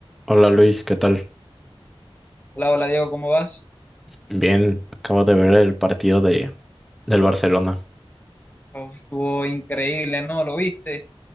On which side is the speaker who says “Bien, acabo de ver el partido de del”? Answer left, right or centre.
Centre